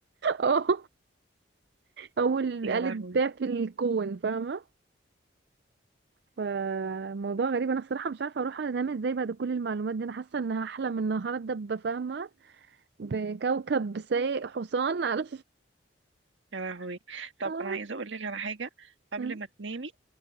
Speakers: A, on the right (about 60°); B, on the right (about 75°).
A: اه اول
B: يا
A: آلة
B: لهوي
A: بيع في الكون فاهمه فموضوع غريب انا بصراحه مش عارفه اروح انام ازاي بعد كل المعلومات دي انا حاسه ان هحلم النهارده بفاهمه بكوكب سايق حصان على
B: يا لهوي طب
A: <laughs>
B: انا عايزه اقول لك على حاجه قبل
A: مم.
B: ما تنامي